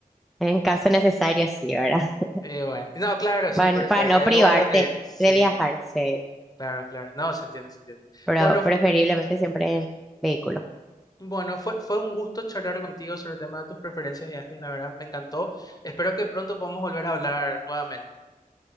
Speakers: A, in the centre; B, on the left (about 25°).
A: en caso necesario, sí, ¿verdad? <laughs>
B: Eh, bueno, no, claro, sí,
A: Para,
B: por eso,
A: para
B: hay,
A: no
B: hay
A: privarte
B: lugares donde ir. Sí,
A: de viajar, sí.
B: claro, claro. No, se entiende, se entiende.
A: pero
B: Bueno,
A: preferiblemente
B: fu-
A: siempre en vehículo.
B: bueno, fue, fue un gusto charlar contigo sobre el tema de tus preferencias de viajes, la verdad, me encantó. Espero que pronto podamos volver a hablar nuevamente.